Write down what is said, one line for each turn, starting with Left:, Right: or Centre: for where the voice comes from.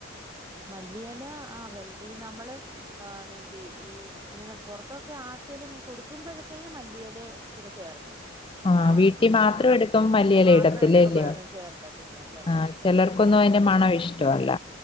Right: മല്ലിയെല ആഹ് വെൽ ഈ നമ്മള് ആണെങ്കി ഈ ഇങ്ങനെ പൊറത്തൊക്കെ ആർക്കേലും കൊടുക്കുമ്പഴത്തേനും മല്ലിയെലെ ഇച്ചിരി ചേർക്കും.
Left: ആഹ്
Right: ആം
Left: വീട്ടിൽ മാത്രം
Right: ആം
Left: എടുക്കുമ്പോ
Right: ബി
Left: മല്ലിയില
Right: മാത്രം
Left: ഇടത്തില്ല
Right: എടുക്കുമ്പഴൊന്നും
Left: ഇല്ലയോ
Right: ചേർക്കത്തില്ല ചേർക്കത്തില്ല.
Left: ആഹ് ചെലർക്കൊന്നും അയിന്റെ മണം ഇഷ്ടവല്ല.